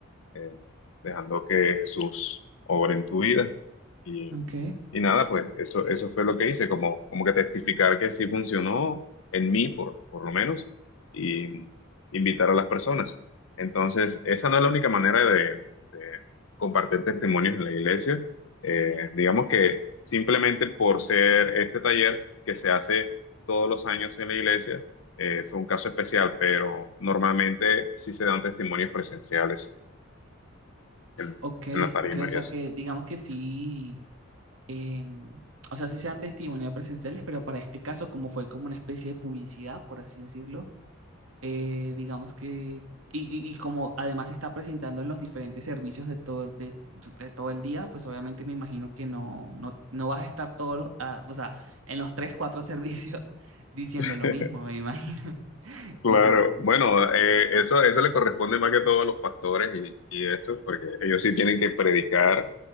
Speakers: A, on the left (about 75°); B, on the right (about 80°).
A: eh, dejando que Jesús obre en tu vida. Y,
B: ok,
A: y nada, pues eso, eso fue lo que hice, como, como que testificar que sí funcionó en mí, por, por lo menos, y invitar a las personas. Entonces, esa no es la única manera de, de compartir testimonios en la iglesia. Eh, digamos que simplemente por ser este taller que se hace todos los años en la iglesia, eh, fue un caso especial, pero normalmente sí se dan testimonios presenciales en,
B: ok,
A: en la tarima
B: ok, o sea
A: y eso.
B: que digamos que sí, em, o sea, sí sean testimonios presenciales, pero para este caso como fue como una especie de publicidad, por así decirlo eh, digamos que, y, y- y como además se está presentando en los diferentes servicios de todo, de, de todo el día, pues obviamente me imagino que no, no, no vas a estar todos los, ah, o sea, en los tres, cuatro servicios <laughs> diciendo
A: <laughs>
B: lo mismo, me imagino, <laughs> diciendo,
A: Claro, bueno, eh, eso, eso le corresponde más que todo a los pastores y, y estos, porque ellos sí tienen que predicar